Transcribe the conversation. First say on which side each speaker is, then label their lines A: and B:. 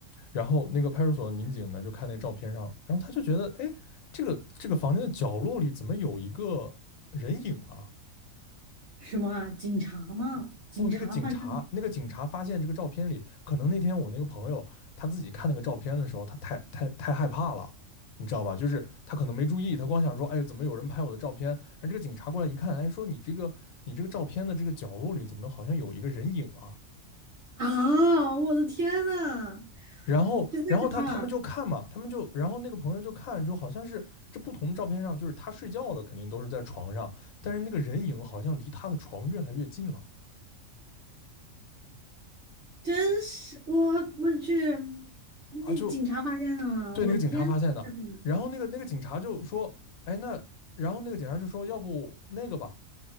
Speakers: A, on the left; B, on the right.
A: 然后那个派出所的民警呢，就看那个照片上，然后他就觉得，哎，这个这个房间的角落里怎么有一个人影啊？
B: 什么啊？警察吗？警察发现
A: 不，那个警察，那个警察发现这个照片里，可能那天我那个朋友他自己看那个照片的时候，他太太太害怕了，你知道吧？就是他可能没注意，他光想说，哎，怎么有人拍我的照片？然后这个警察过来一看，哎，说你这个你这个照片的这个角落里怎么好像有一个人影啊？
B: 啊！我的天呐！
A: 然后，
B: 是可怕了，
A: 然后他他们就看嘛，他们就，然后那个朋友就看，就好像是这不同的照片上，就是他睡觉了，肯定都是在床上，但是那个人影好像离他的床越来越近了
B: 真是我我去，那警察发现了吗？
A: 啊，就对那个警察发现的。
B: 我天呐，这种
A: 然后那个那个警察就说，哎，那然后那个警察就说，要不那个吧，